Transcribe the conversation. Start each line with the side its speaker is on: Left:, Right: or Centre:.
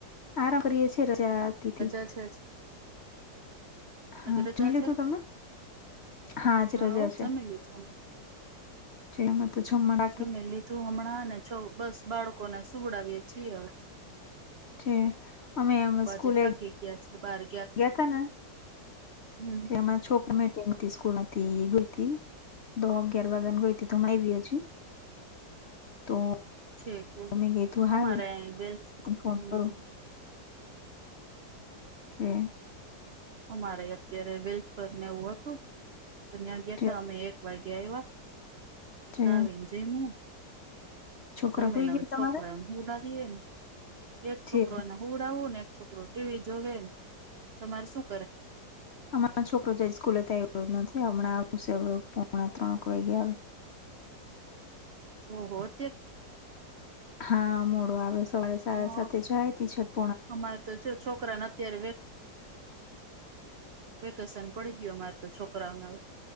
Left: આરામ કરીએ છેએ રજા <unintelligible> થી
Right: અચ
Left: હા
Right: રજા
Left: મિલ્યું
Right: છે
Left: હતું તમે હા આજ રજા
Right: હો
Left: છે
Right: જમી લીધું અમે.
Left: છે તો છમડા
Right: જમી લીધું હમણાં ને છો બસ બાળકોને સુગડાવીએ છીએવે
Left: છે અમે સ્કૂલે
Right: આજે થાકી છે બાર
Left: ગયાતા ને
Right: હમ
Left: તેમાં છોકરી મે ગ સ્કૂલ હતી ગઈ હતી દો અગયાર વાગ્યાને ગઈ ત હમણાં બી હજી તોમે
Right: છે
Left: ગ તું હાલ
Right: અમારે અહી વેલ્સ
Left: ફોન
Right: હમ
Left: કરો જે
Right: અમારે અત્યારે વેલ્ફરને એવું હતું ન્યા ગયા
Left: જે
Right: તો અમે એક વાગ્યા આવ્યાછાવન
Left: જે
Right: જમને
Left: છોકરા
Right: જમીને
Left: હોઈ ગયા
Right: હ છોકરા
Left: તમારા
Right: હુડાવએ ને એક છોકરોને
Left: જે
Right: હુંડાવું ને એક છોકરો ટીવી જોવે તમારે શું કરે?
Left: હરા છોકરો જ સ્કૂલે આવ્યો નથી હમણાં હસે પોણા ત્રણક વાઈગ્યા આવે
Right: હુ હોત
Left: હા મોડો આવે સવારે સાડા
Right: હા
Left: સાતે જાય ત છઠી
Right: અમારે તો જો છોકરાને અત્યારે વેકેશન પડી ગયું અ મારે તો છોકરાઓના